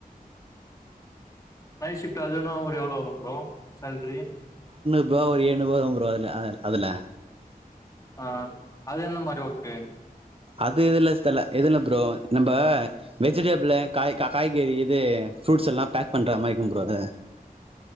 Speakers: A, on the left; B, on the right.
A: நைட் ஷிஃப்ட்ட அது கூட எவ்ளோ வரும் ப்ரோ சேல்ரி
B: இப்பஒரு ஏழு <unintelligible> போதும் ப்ரோ அல அதுல
A: ஆஹ் அது என்ன மறிவொர்க் பே <inaudible>
B: அது இதுல்ல இதுல ப்ரோ நம்ப வெஜிடேபிள காய் காய்கறி இது ஃப்ருட்ஸ் எல்லாம் பேக் பண்ணுற மாரிக்கும் ப்ரோ அதுல